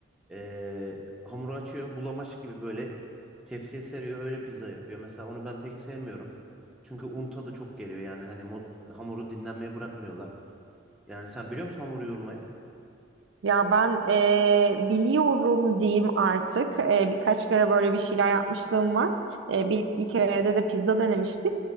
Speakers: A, in the centre; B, on the right.
A: Ee, hamuru açıyor. Bulamaç gibi böyle tepsiye seriyor. Öyle pizza yapıyor. Mesela onu ben pek sevmiyorum. Çünkü un tadı çok geliyor. Yani hani mo- hamuru dinlenmeye bırakmıyorlar. Yani sen biliyor musun hamuru yoğurmayı?
B: Ya ben eee, biliyorum diyeyim artık. Eee, birkaç kere böyle bir şeyler yapmışlığım var. Eee, bir, bir kere evde de pizza denemiştik.